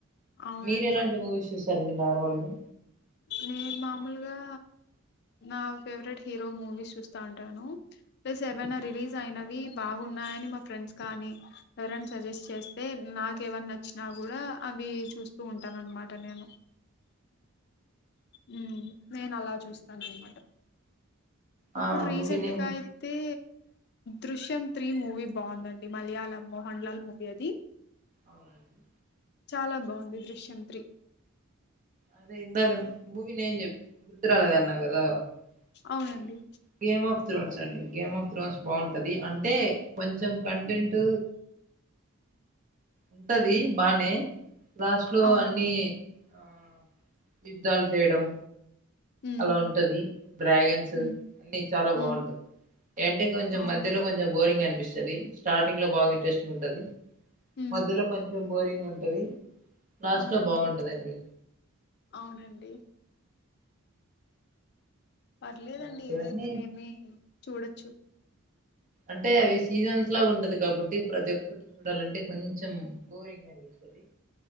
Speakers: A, on the left (about 50°); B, on the right (about 40°).
A: అవునండి
B: మీరు ఎలాంటి మూవీస్ చూసరండి నార్మల్గా
A: నేను మామూలుగా నా ఫేవరెట్ హీరో మూవీ చూస్తా ఉంటాను ప్లే సెవె రిలీజ్ అయిన అవి బాగున్నాయని మా ఫ్రెండ్స్ కానీ ఎవరనా సజెస్ట్ చేస్తే నాకు ఎవరి నచ్చినా కూడా అవి చూస్తూ ఉంటాను అన్నమాట నేను హమ్ నేను అలా చూస్తాను అన్నమాట ఇప్పుడు
B: ఆ
A: రీసెంట్
B: మూవీ నేమ్
A: గ అయితే దృశ్యం త్రీ మూవీ బాగుందండి మలయాళం మోహన్ లాల్ మూవీ అది
B: అవునండి
A: చాలా బాగుంది దృశ్యం త్రీ
B: అదే ఇందాక మూవి నేం చె గుర్తు రాలేదు అన్న కద
A: అవునండి
B: అది game of the <inaudible> game of thrones బాగుంటది అంటే కొంచెం కంటెంట్
A: హ్మ్.
B: ఉంటది బానే లాస్ట్ లో
A: అవునండి.
B: అన్ని ఆ యుద్ధాలు చేయడం
A: హ్మ్.
B: అలా ఉంటది డ్రాగన్స్
A: హ్మ్.
B: అన్ని చాలా
A: హ్మ్.
B: బాగుంటది అంటే కొంచెం
A: అవును.
B: మధ్యలో కొంచెం బోరింగ్ అనిపిస్తది స్టార్టింగ్ లో బాగా ఇంట్రెస్టింగ్ ఉంటది
A: హ్మ్.
B: మధ్యలో కొంచం కొంచెం బోరింగ్ ఉంటది లాస్ట్
A: అవునండి.
B: లో బాగుంటదండి
A: అవునండి పర్లేదండి
B: అలాంటివన్నీ
A: ఏదైతే నేనే చూడొచ్చు
B: అంటే అవి సీజన్స్ లా ఉంటది కాబట్టి ప్రతి ఒక్కటి చూడాలంటే కొంచెం బోరింగ్ అనిపిస్తుంది